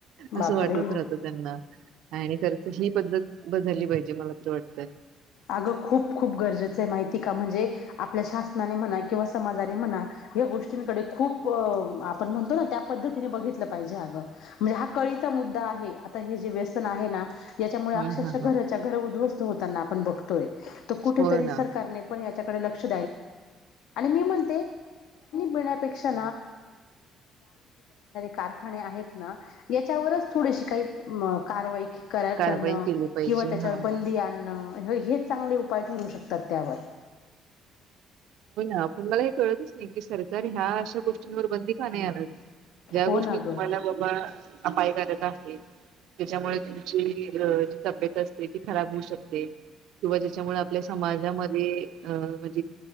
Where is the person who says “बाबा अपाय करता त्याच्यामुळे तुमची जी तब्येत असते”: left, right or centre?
Right